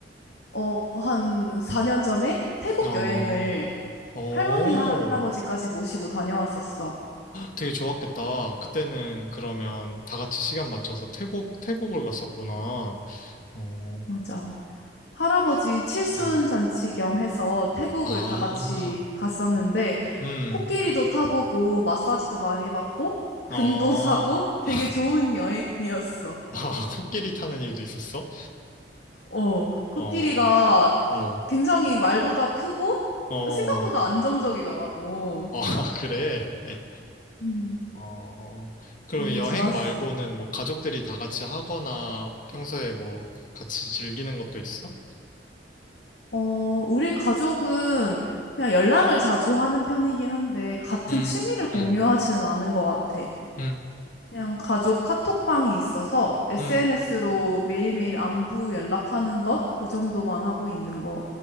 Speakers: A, on the left (about 70°); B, on the left (about 50°).
A: 어, 한 4년 전에 태국
B: 어,
A: 여행을
B: 어,
A: 할머니, 할아버지까지 모시고 다녀왔었어.
B: 되게 좋았겠다. 그때는 그러면 다 같이 시간 맞춰서 태국, 태국을 갔었구나. 어,
A: 맞아. 할아버지 칠순
B: 음,
A: 잔치 겸 해서 태국을
B: 아,
A: 다 같이 갔었는데
B: 음,
A: 코끼리도 타보고 마사지도 많이 받고
B: 어,
A: 금도 <laughs> 사고 되게
B: <laughs>
A: 좋은 여행이었어.
B: 아, 코끼리 타는 일도 있었어?
A: 어, 코끼리가
B: 어, 어,
A: 굉장히 말보다 크고
B: 어,
A: 생각보다
B: 아,
A: 안정적이더라고.
B: <laughs> 그래. 예.
A: 음.
B: 어, 그럼
A: 되게
B: 여행
A: 좋았어.
B: 말고는 뭐 가족들이 다 같이 하거나 평소에 뭐 같이 즐기는 것도 있어?
A: 어, 우리 가족은 그냥 연락을 자주 하는 편이긴 한데 같은
B: 음,
A: 취미를 공유하지는
B: 음,
A: 않은 것 같아.
B: 음,
A: 그냥 가족 카톡방이 있어서 SNS로
B: 음.
A: 매일매일 안부 연락하는 것? 그 정도만 하고 있는 거야,